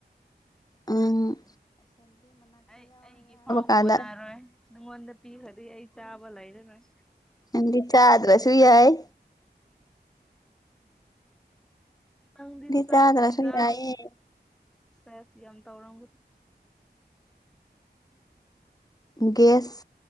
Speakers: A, on the left; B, in the centre.
A: ꯑꯪ
B: ꯑꯩ ꯑꯩꯒꯤ ꯐꯥꯎ
A: ꯀꯥꯟꯗ
B: ꯀꯣꯟꯅꯔꯣꯏ ꯅꯉꯣꯟꯗ ꯄꯤꯈ꯭ꯔꯗꯤ ꯑꯩ ꯆꯥꯕ ꯂꯩꯔꯔꯣꯏ
A: ꯅꯪꯗꯤ ꯆꯥꯗ꯭ꯔꯁꯨ ꯌꯥꯏ
B: ꯅꯪꯗꯤ ꯆꯥꯛ
A: ꯆꯥꯗ꯭ꯔꯁꯨ
B: ꯍꯟꯖꯥꯡ
A: ꯌꯥꯏꯌꯦ
B: ꯁꯦꯐ ꯌꯥꯝ ꯇꯧꯔꯝꯒ
A: ꯒꯦꯁ